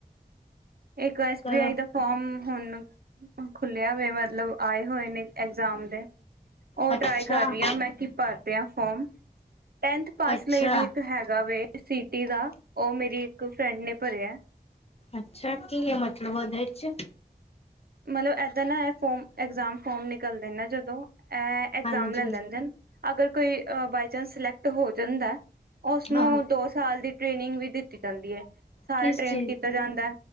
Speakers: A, on the right (about 65°); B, on the left (about 40°).
A: ਇੱਕ ਐਸ
B: ਕਰੋ
A: ਬੀ ਆਈ ਦਾ ਫੋਮ ਹੁਨ ਖੁੱਲੇਆ ਵੇ ਮਤਲਬ ਆਏ ਹੋਏ ਨੇ ਐਗਜ਼ਾਮ ਦੇ। ਓ
B: ਅੱਛਾ।
A: ਟਰਾਈ ਕਾਰ ਰੀ ਆਂ ਮੈਂ ਕਿ ਭਾਰਦੇਆਂ ਫੋਮ, ਟੈਂਥ ਪਾਸ
B: ਅੱਛਾ
A: ਲਈ ਵੀ ਇੱਕ ਹੈਗਾ ਵੇ। ਸਿਟੀ ਦਾ, ਓ ਮੇਰੀ ਇੱਕ ਫਰੈਂਡ ਨੇ ਭਰੇਐ।
B: ਅੱਛਾ, ਕੀ ਏ ਮਤਲਬ ਓਦੇ ਚ?
A: ਮਲਬ ਐਦਾ ਨਾ ਐ ਫੋਮ, ਐਗਜ਼ਾਮ ਫੋਮ ਨਿਕਲਦੇ ਨਾ ਜਦੋ ਐ ਐਗਜ਼ਾਮ
B: ਹਾਂਜੀ
A: ਲੈ ਲੈਂਦੇ ਨ ਅਗਰ ਕੋਈ ਬਾਏ ਚਾਂਸ ਸਿਲੈਕਟ ਹੋ ਜਾਂਦੈ ਓਸਨੂੰ
B: ਹਾਂ
A: ਦੋ ਸਾਲ ਦੀ ਟ੍ਰੇਨਿੰਗ ਵੀ ਦਿੱਤੀ ਜਾਂਦੀ ਏ। ਸਾਰਾ
B: ਕਿਸ
A: ਟ੍ਰੇਨ
B: ਚੀਜ਼
A: ਕੀਤਾ
B: ਦੀ
A: ਜਾਂਦੈ